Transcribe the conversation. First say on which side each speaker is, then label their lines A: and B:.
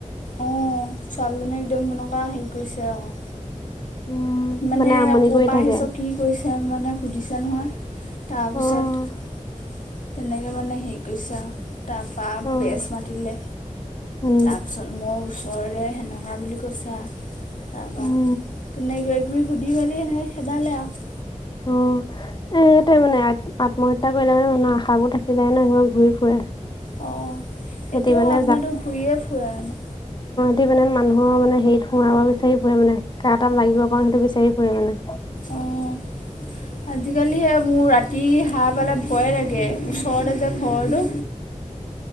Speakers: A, on the left; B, on the left.
A: অ ছোৱালীজনীয়ে একদম কেনেকুৱা হেৰি কৰিছে আকৌ
B: উম,
A: মানে
B: আমনি
A: ক'
B: কৰি
A: পৰা
B: থাকে।
A: আহিছ কি কৰিছ মানে সুধিছে নহয় তাৰপিছত
B: অ'
A: তেনেকে মানে হেৰি কৰিছে আৰু তাৰপা
B: অ'
A: বেজ মাতিলে
B: উম।
A: তাৰপিছত মই ওচৰৰে সেনেকুৱা বুলি কৈছা তাৰপা
B: উম
A: তেনেকুৱা সুধি মেলি সেনেকে খেদালে আৰু
B: অ এটাই মানে আত্মহত্যা কৰিলে মানে মানে আশাবোৰ থাকি যায় ন সেবোৰ ঘূৰি ফুৰে
A: অ
B: সিহঁতি
A: এতিয়াও
B: মানে
A: আত্মাটো ঘূৰিয়ে ফুৰে মানে
B: স মানে মানুহৰ মানে হেৰিত সোমাব বিচাৰি ফুৰে মানে কা তাত লাগিব পাৰো সেইটো বিচাৰি ফুৰে মানে
A: অঁ আজিকালি সেই মোৰ ৰাতি হাঁহ পালে ভয়ে লাগে ওচৰতে যে ঘৰটো